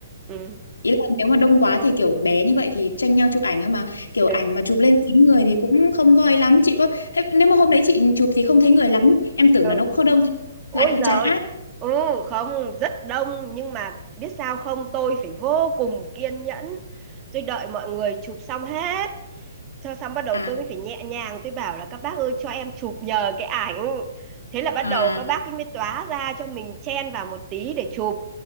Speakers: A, on the right; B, on the left.
A: ừ
B: ý là nếu mà đông quá thì kiểu bé như vậy thì tranh nhau chụp ảnh ấy mà kiểu
A: ừ
B: ảnh mà chụp lên chính người thì cũng không voi lắm chị có thế, nếu mà hôm đấy chị chụp thì không thấy người lắm em tưởng
A: ừ.
B: là nó cũng không đông
A: Ôi
B: lại cũng
A: giời,
B: chán áp
A: ừ không, rất đông nhưng mà biết sao không, tôi phải vô cùng kiên nhẫn. Tôi đợi mọi người chụp xong hết. Cho xong bắt đầu
B: à
A: tôi mới phải nhẹ nhàng tôi bảo là các bác ơi cho em chụp nhờ cái ảnh. Thế là bắt
B: à
A: đầu các bác ấy mới tóa ra cho mình chen vào một tí để chụp.